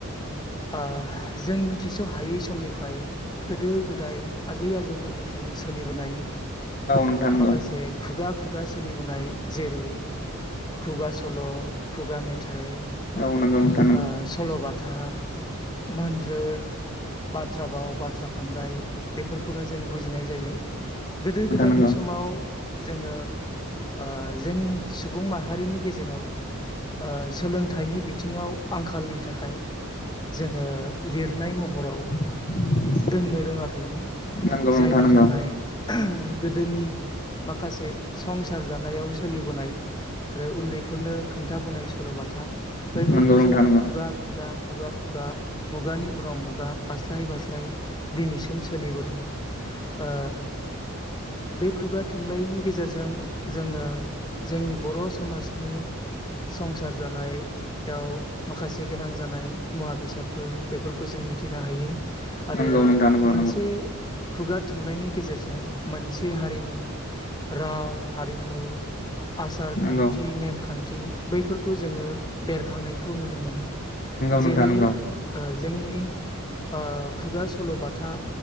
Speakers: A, on the left (about 20°); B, on the left (about 40°).
A: ओह जों मिथिस' हायै समनि फ्राय गोदो गोदाय आजै आजौमोननिफ्रायनो सोलिबोनाय
B: नोंथां नंगौ
A: माखासे खुगा खुगा सो सोलिबोनाय जेरै खुगा सल' खुगा मेथाइ
B: औ नंगौ <unintelligible>
A: ओ सल'बाथा मोन्थोर बाथ्रा भाव बाथ्रा फान्दाय बेफोरखौनो जों बुज जिनाय जायो गोदो गोदायनि
B: नंगौ
A: समाव जोङो ओ जोंनि सुबुं माहारिनि गेजेराव ओ सोलोंथाइनि बि <unintelligible> <unintelligible> आंखालनि थाखाय जोङो लिरनाय महराव
B: <inaudible>
A: दोननो रोङाखैमोन
B: नंगौ
A: जायनि
B: नोंथां नंगौ
A: थाखाय <unintelligible> गोदोनि माखासे <unintelligible> संसार जानायाव सोलिबोनाय आरो उन्दैफोरनो खोन्थाबोनाय सल'बाथा बेफोरखौ
B: नंगौ नोंथां
A: जोङो
B: नंगौ
A: खुगा खुगा खुगा खुगा मुगानि उनाव मुगा बास्लाय बास्लय दिनैसिम सोलिबोदों ओ बे खुगा थुनलाइनि गेजेरजों जोङो जोंनि बर' समाज नि संसार जानायाव माखासे गोनां जानाय मुवा बेसादफोर बेफोरखौ जों मिथिनो हायो आरो
B: नंगौ नोंथां नंगौ
A: मोनसे खुगा थुनलाइनि गेजेरजों मोनसे हारिनि राव हारिमु आसार
B: नंगौ
A: खान्थि नेमखान्थि बैफोरखौ जोङो बेरखांनायख <unintelligible> खौ नुनो मोन
B: नोंथां
A: जेरै
B: नंगौ
A: ओ ज जोंनि ओ खुगा सल'बाथा